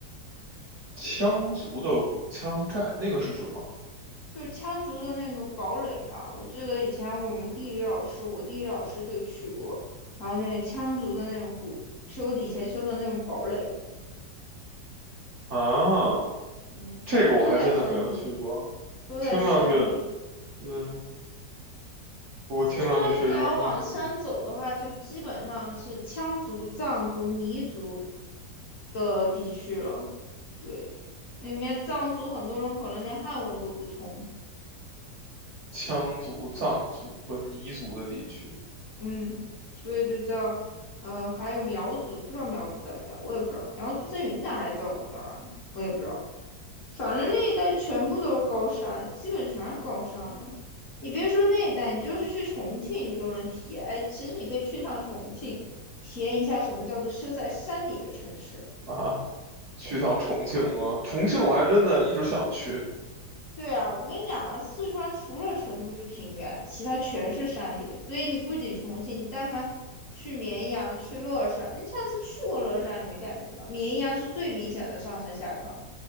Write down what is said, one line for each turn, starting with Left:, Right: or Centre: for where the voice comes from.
Right: 羌族的古羌寨那个是什么
Left: 对，就是羌族的那个堡垒啊。我记得以前我们地理老师，我地理老师就去过，然后那个羌族的那种古修的以前修的那种堡垒。
Right: 啊？
Left: 嗯，
Right: 这个我还真的没有去过，
Left: 就都在山里，都在山里。
Right: 听上去，嗯，不过听上去确实，
Left: 四川你要往山走的话，
Right: 嗯
Left: 就基本上是羌族、藏族、彝族的地区了。对，那面藏族很多人可能连汉文都不通，
Right: 羌族、藏族和彝族的地区
Left: 嗯，所以就叫呃，还有苗族，不知道苗族在不在，我也不知道，苗族在云南还是在我们那儿啊，我也不知道。反正那一带全部都是高山，基本全是高山了。你别说那一带，你就是去重庆，你都能体验。哎，其实你可以去趟重庆，体验一下什么叫做修在山里的城市。
Right: 啊，去趟重庆吗？重庆我还真的一直想去，
Left: 对啊，我跟你讲啊，四川除了成都是平原，其他全是山里。所以你不仅重庆，你但凡去绵阳、去乐山，你上次去过乐山，你没感觉吗？绵阳是最明显的上山下坡。